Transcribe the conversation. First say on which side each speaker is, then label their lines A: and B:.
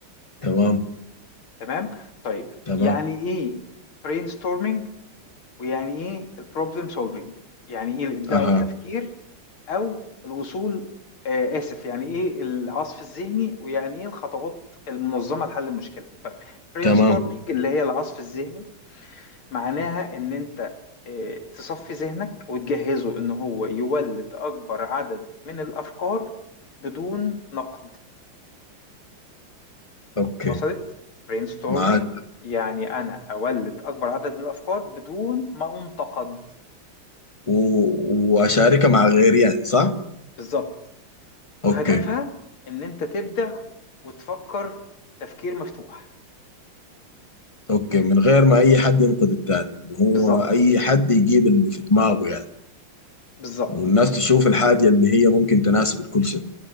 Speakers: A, on the left; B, on the left.
A: تمام
B: تمام؟ طيب
A: تمام
B: يعني إيه brainstorming ويعني إيه problem solving؟ يعني إيه الإبداع
A: اها
B: والتفكير او الوصول آه، اسف يعني ايه العصف الذهني ويعني ايه الخطوات المنظمه لحل المشكله طيب برين
A: تمام
B: ستورمنج اللي هي العصف الذهني معناها ان انت آه، تصفي ذهنك وتجهزه ان هو يولد اكبر عدد من الافكار بدون نقد
A: اوكي
B: وصلت برين ستورمنج
A: معاك
B: يعني انا اولد اكبر عدد من الافكار بدون ما انتقد
A: و... واشاركها مع غيري يعني صح
B: بالظبط وهدفها
A: اوكي
B: ان انت تبدع وتفكر تفكير مفتوح
A: اوكي من غير ما اي حد ينقد التاني إن هو
B: بالظبط
A: اي حد يجيب اللي في دماغه يعني
B: بالظبط
A: والناس تشوف الحاجة اللي هي ممكن تناسب الكل شيء